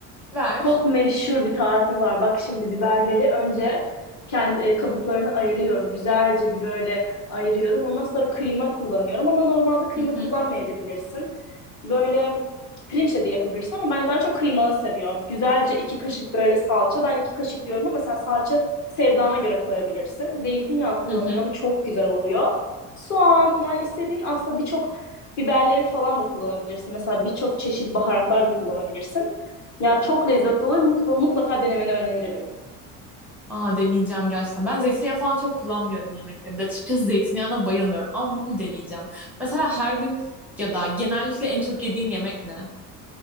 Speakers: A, in the centre; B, on the left.
A: Ver.
B: Çok meşhur bir tarifi var. Bak şimdi biberleri önce kendi e, kabuklarını ayırıyorum. Güzelce bir böyle ayırıyorum. Ondan sonra kıyma kullanıyorum ama normalde kıyma
A: Hı hı.
B: kullanmayabilirsin. Böyle pirinçle de yapabilirsin ama ben daha çok kıymalı seviyorum. Güzelce iki kaşık böyle salça. Ben iki kaşık diyorum ama sen salça sevdana göre koyabilirsin. Zeytinyağı kullanırım.
A: Hı hı.
B: Çok güzel oluyor. Soğan yani istediğin aslında birçok biberleri falan da kullanabilirsin. Mesela birçok çeşit baharatlar da kullanabilirsin. Ya çok lezzetli olur. Mutla- Mutlaka denemeni öneririm.
A: Aa deneyeceğim gerçekten. Ben zeytinyağı falan çok kullanmıyorum yemeklerinde. Açıkçası zeytinyağına bayılmıyorum ama bunu deneyeceğim. Mesela her gün ya da genellikle en çok yediğin yemek ne?